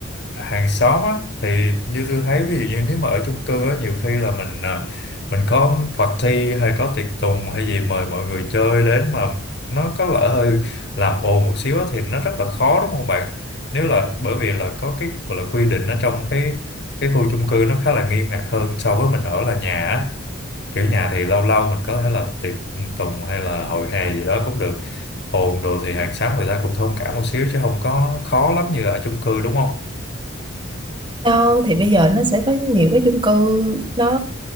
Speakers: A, on the left (about 50°); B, on the right (about 20°).
A: hàng xóm á thì như tôi thấy ví dụ như nếu mà ở chung cư á nhiều khi là mình à, mình có party hay có tiệc tùng hay gì mời mọi người chơi đến mà nó có lỡ hơi làm ồn một xíu á thì nó rất là khó đúng không bạn nếu là bởi vì là có cái gọi là quy định ở trong cái cái khu chung cư nó khá là nghiêm ngặt hơn so với mình ở là nhà á kiểu nhà thì lâu lâu mình có thể là tiệc tùng hay là hội hè gì đó cũng được ồn đồ thì hàng xóm người ta cũng thông cảm một xíu chứ không có khó lắm như ở chung cư đúng không
B: đâu thì bây giờ nó sẽ có nhiều cái chung cư nó